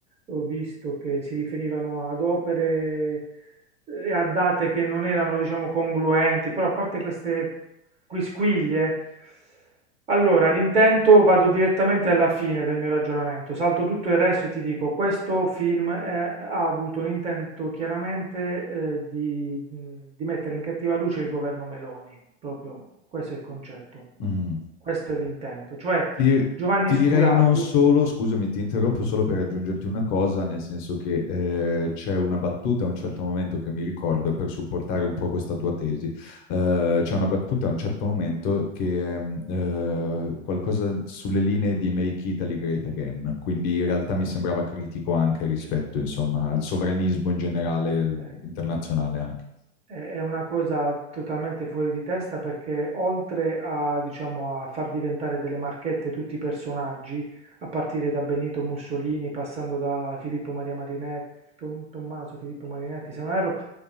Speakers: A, on the right (about 20°); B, on the left (about 40°).
A: ho visto che si riferivano ad opere e a date che non erano, diciamo, congruenti, però a parte queste Quisquilie? Allora, l'intento vado direttamente alla fine del mio ragionamento, salto tutto il resto e ti dico, questo film è- ha avuto un intento chiaramente eh, di, di mettere in cattiva luce il governo Meloni, proprio questo è il concetto,
B: Mm.
A: questo è l'intento, cioè
B: Ti,
A: Giovanni
B: ti
A: Scura...
B: direi non
A: di-
B: solo, scusami, ti interrompo solo per aggiungerti una cosa, nel senso che eh, c'è una battuta a un certo momento che mi ricordo e per supportare un po' questa tua tesi. Eh, c'è una battuta a un certo momento che è mh, eh, qualcosa sulle linee di Make Italy Great Again, quindi in realtà mi sembrava critico anche rispetto,
A: Sì, sì,
B: insomma,
A: sì.
B: al sovranismo in generale,
A: Eh,
B: internazionale anche,
A: È è una cosa totalmente fuori di testa perché oltre a, diciamo, a far diventare delle marchette tutti i personaggi, a partire da Benito Mussolini, passando da Filippo Maria Marinetti, Tom- Tommaso Filippo Marinetti, se non erro,